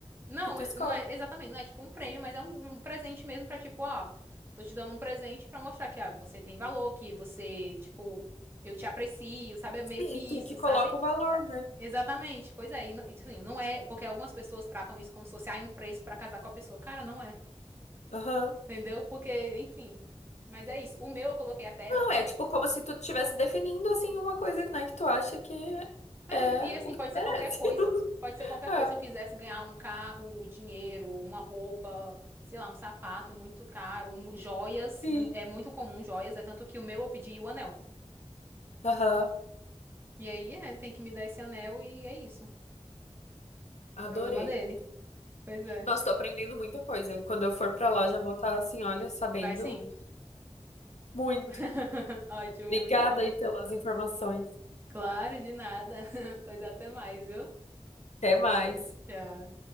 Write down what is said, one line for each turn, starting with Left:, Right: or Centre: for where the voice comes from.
Right: não,
Left: que tu
Right: é-
Left: escolhe.
Right: não é exatamente, não é tipo um prêmio, mas é um, um presente mesmo pra tipo, ó, tô te dando um presente pra mostrar que ah, você tem valor, que você, tipo, eu te aprecio, sabe? É meio
Left: Sim,
Right: que isso,
Left: tu que
Right: sabe?
Left: coloca o valor, né?
Right: Exatamente, pois é. E, não- e, tipo assim, não é, porque algumas pessoas tratam isso como se fosse, ah, um preço pra casar com a pessoa. Cara, não é.
Left: Aham.
Right: Entendeu? Porque, enfim. Mas é isso. O meu eu coloquei até
Left: Não,
Right: porque
Left: é
Right: assim.
Left: tipo como se tu estivesse definindo assim uma coisa, né, que tu acha que
Right: É,
Left: é
Right: e
Left: o
Right: assim,
Left: que
Right: pode
Left: tu
Right: ser
Left: merece.
Right: qualquer coisa.
Left: <laughs>
Right: Pode ser qualquer
Left: É,
Right: coisa. Se eu quisesse ganhar um carro, dinheiro, uma roupa, sei lá, um sapato muito caro, um- joias,
Left: sim.
Right: mu- é muito comum joias, é tanto que o meu eu pedi o anel.
Left: Aham.
Right: E aí, é, tem que me dar esse anel e é isso.
Left: Adorei.
Right: Problema dele. Pois é.
Left: Nossa, tô aprendendo muita coisa. Quando eu for pra lá, já vou estar assim, olha, sabendo
Right: Vai sim.
Left: muito.
Right: <laughs> Ótimo,
Left: Obrigada
Right: muito bom.
Left: aí pelas informações.
Right: Claro, de nada. <laughs> Pois até mais, viu?
Left: Até mais.
Right: Tchau.